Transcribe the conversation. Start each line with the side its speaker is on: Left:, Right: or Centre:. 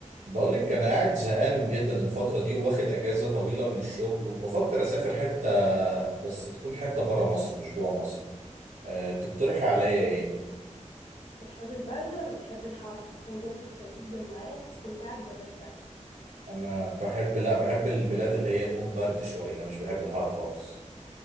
Right: بقول لك انا قاعد زهقان جدا الفتره دي واخد اجازه طويله من الشغل وبفكر اسافر حته بس تكون حته بره مصر مش جوه مصر أه تقترحي عليا ايه
Left: بتحب البرد ولا بتحب الحر عشان دي هتفرق جدا معاك في استمتاعك بالرحلة
Right: انا بحب لا بحب البلاد اللي هي تكون برد شويه لا مش بحب الحر خالص